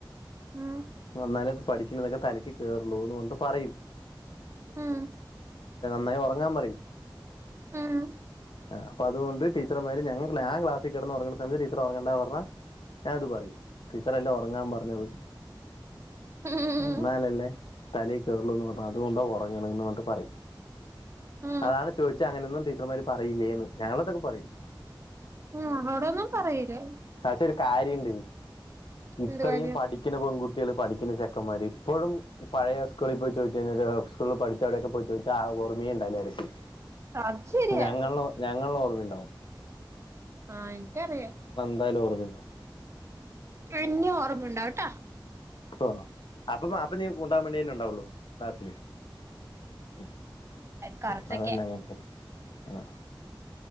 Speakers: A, on the right; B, on the left.
A: ഉം
B: എന്നാലെ പഠിക്കണതൊക്കെ തലക്ക് കേറുള്ളൂന്ന് കൊണ്ട് പറയും
A: ഉം
B: നന്നായി ഉറങ്ങാൻ പറയും
A: ഉം
B: ആ അപ്പൊ അതുകൊണ്ട് ടീ ടീച്ചറുമാര് ഞങ്ങ ആ ക്ലസ്സിൽ കിടന്ന് ഉറങ്ങണ്ട സമയത്ത് ടീച്ചർ ഉറങ്ങണ്ട പറഞ്ഞാ ഞാനതു പറയും ടീച്ചർ അല്ലെ ഉറങ്ങാൻ പറഞ്ഞത്
A: <unintelligible>
B: എന്നാലല്ലേ തല കേറൂള്ളൂ പറഞ്ഞ് അതുകൊണ്ടാ ഉറങ്ങണന്ന് പറഞ്ഞിട്ട് പറയും
A: ഉം
B: അതാണ് ചോദിച്ചെ അങ്ങനൊന്നും ടീച്ചർമാര് പറയില്ലേന്ന് ഞങ്ങളതൊക്കെ പറയും
A: ആ അവിടൊന്നും പറയില്ല
B: പക്ഷെ ഒരു കാര്യം ഇണ്ട് ഇത്രയും
A: എന്ത് കാര്യം
B: പഠിക്കാ പഠിക്കുന്ന പെൺകുട്ടികള് പഠിക്കുന്ന ചെക്കന്മാര് ഇപ്പോഴും പഴയ സ്കൂളിൽ പോയി ചോദിച്ചു കഴിഞ്ഞാല് സ്കൂള പഠിച്ച അവിടെയക്കെ പോയി ചോദിച്ചാ ഓർമയും ഉണ്ടല്ലായിരിക്കും
A: അത് ശരിയാ
B: ഞങ്ങള ഞങ്ങളുടെ ഓർമ്മുണ്ടാവും
A: ആ എനിക്ക് അറിയാം
B: എന്തായലും ഓർമ ഉണ്ടാവും
A: എന്നെ ഓർമ്മയുണ്ടാവട്ടെ
B: ഓ അപ്പൊ അപ്പൊ നീ <unintelligible> വേണ്ടിന്നെണ്ടാവുള്ളൂ ക്ലാസ്സില് ഉ
A: കൊറച്ചൊക്കെ
B: ഉ അത് തന്നെ അങ്ങനെ തന്നെ ആ